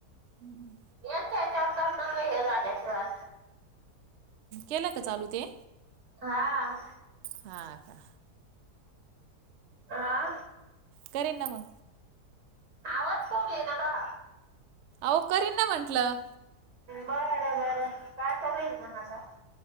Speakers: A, on the right (about 65°); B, on the right (about 80°).
A: हम्म.
B: यांच याच्यावर तर मण हे जा त्याच्यावर.
A: केलं का चालू ते.
B: हा.
A: हा का.
B: आा.
A: कररे ना म.
B: आवाज कऊ येई न का.
A: अवकरेना म्हंलं.
B: बरं बरं काय करेल मग आता.